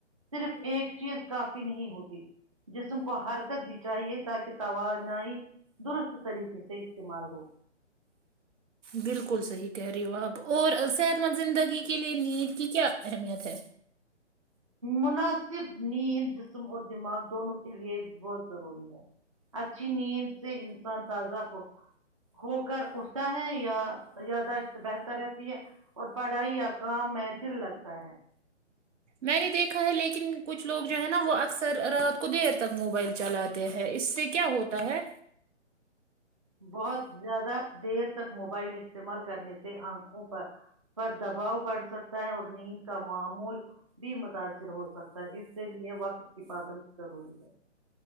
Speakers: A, on the right (about 30°); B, on the right (about 80°).
A: صرف ایک چیز کافی نہیں ہوتی جسم کو حرکت بھی چاہیے تاکہ توانائی درست طریقے سے استعمال ہو
B: بالکل صحی کہہریے آاب اور صحت مند زندگی کے لیے نیند کی کیا اہمیت ہے
A: مناسب نیند جسم اور دماغ دونوں کے لیے بہت ضروری ہے اچھی نیند سے انسان تازہ ہو ہو کر اٹھتا ہے یا یاداشت بہتر رہتی ہے اور پڑھائی یا کام میں دل لگتا ہے
B: میں نے دیکھا ہے لیکن کچھ لوگ جو ہے نا وہ اکثر رات کو دیر تک موبائل چلاتے ہیں اس سے کیا ہوتا ہے
A: بہت زیادہ دیر تک موبائل استعمال کرنے سے آنکھوں پر دباؤ پڑسکتا ہے اور نیند کا معمول بھی متاثر ہوسکتا ہے اسی لئے وقت کی پابندی ضروری ہے